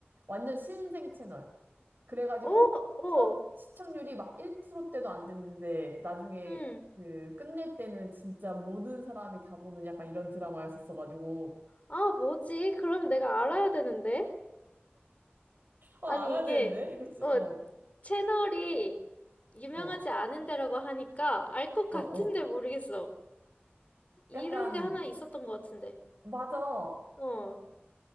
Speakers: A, on the right; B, on the left.
A: 완전 신생 채널. 그래가지고
B: 오, 오.
A: 첫 시청률이 막 1%대도 안 됐는데 나중에
B: 음.
A: 그 끝낼 때는 진짜 모든 사람이 다 보는 약간 이런 드라마였었어가지고
B: 아, 뭐지? 그럼 내가 알아야 되는데.
A: 어
B: 아니,
A: 알아야
B: 이게,
A: 되는데 이거 진
B: 어,
A: 어,
B: 채널이 유명하지
A: 어,
B: 않은 데라고 하니까 알 것 같은데
A: 어, 어.
B: 모르겠어. 이런
A: 약간
B: 게 하나 있었던 것 같은데.
A: 맞아.
B: 어,